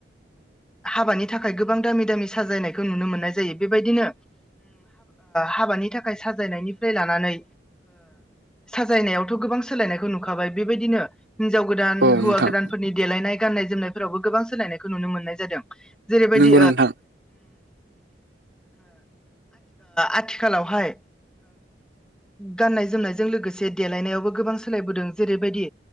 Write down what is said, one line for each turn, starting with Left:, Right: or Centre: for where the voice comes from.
Centre: हाबानि थाखाय गोबां दामि दामि साजायनायखौ नुनो मोननाय जायो बेबायदिनो हाबानि थाखाय साजायनायनिफ्राय लानानै साजायनायावथ' गोबां सोलायनायखौ नुखाबाय बेबायदिनो हिनजाव गोदान
Right: औ
Centre: हौवा
Right: नोंथां
Centre: गोदानफोरनि देलायनाय गाननाय जोमनायफोरावबो गोबां सोलायनायखौ नुनो मोननाय जादों जेरैबायदि
Right: नंगौ नोंथां
Centre: आथिखालावहाय गाननाय जोमनायजों लोगोसे देलायनायावबो गोबां सोलायबोदों जेरैबायदि